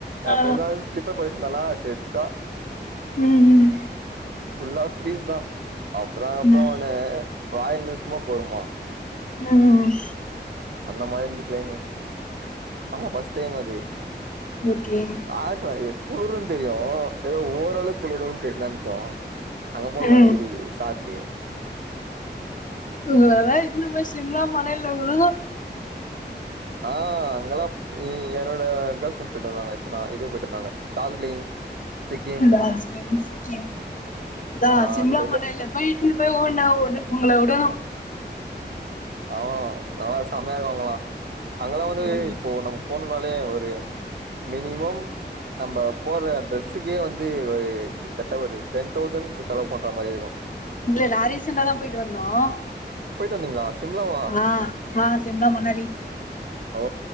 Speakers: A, on the right; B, on the left.
A: <unintelligible>
B: ஆ
A: இதல்லாம சேத்து தா
B: உம் உம்
A: புள்ளா ஃபரீஸ் தா அப்புற
B: ம்
A: போன ராயல் நிஸ்மோக்கு வருமா
B: உம் உம் உம்
A: அந்த மாதிரி இருந்து கிளைமேட் ஆமா பஸ்ட் டைம் அது
B: ஓக்கே
A: யாருக்கு குளுருன்னு தெரியு ஏதோ ஓரலவுக்கு குளிரிந்து நந் டோ அங்க போண்ணலா
B: ம்
A: தெரியுது சாக்கு
B: உங்களலா இட்டுனு போய் சிம்லா மனல்ல உளு
A: ஆ அங்கெல்லா ம் என்னோட கேர்ள்ஸ் ஃப்ரெண்ட் போயிட்டு இருந்தாங்க இப்பதா இது போயிட்டு வந்தாங்க டார்ஜிலிங் சிக்கிம்
B: டார்ஜிலிங் சிக்கிம் அதா
A: ஆ
B: சிம்ல
A: அந்த சைட்ல
B: மண்ணல்ல போயிட்டுன்னு போய் ஓனா உங்களை உடனு
A: ஆமா நல்லா செம்மையா இருக்காங்களா அங்கள வந்து
B: ம்
A: இ போண போனனாலேயே ஒரு மினிமம் நம்ப போர ட்ரெஸ்ஸுகே வந்து ஒரு கிட்டத்தட் ட்ட ஒரு டென் தசண்ட கிட்ட செலவு பண்ற மாதிரி இருக்கு
B: இல்ல நான் ரீசெண்டா தான் போயிட்டு வந்தோம்
A: போயிட்டு வந்தீங்களா சிம்லாவா
B: ஆ ஆ சிம்லா மனலி
A: ஓ